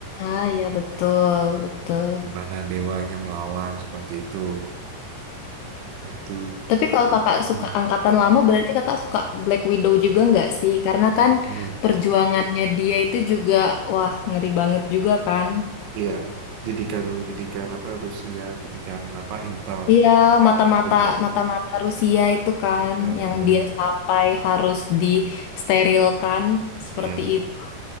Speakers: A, on the left; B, on the right.
A: Ah iya betul betul.
B: gimana dewanya melawan seperti itu itu
A: Tapi kalau kakak suka
B: Hmm.
A: angkatan lama, berarti kakak suka Black Widow juga nggak sih? Karena kan
B: hmm,
A: perjuangannya dia itu juga, wah ngeri banget juga kan.
B: iya didikan didikan apa Rusia didikan apa Intel
A: Iya, mata-mata
B: double
A: mata-mata Rusia itu kan,
B: eh,
A: yang
B: double
A: dia sampai harus disterilkan seperti
B: iya
A: itu.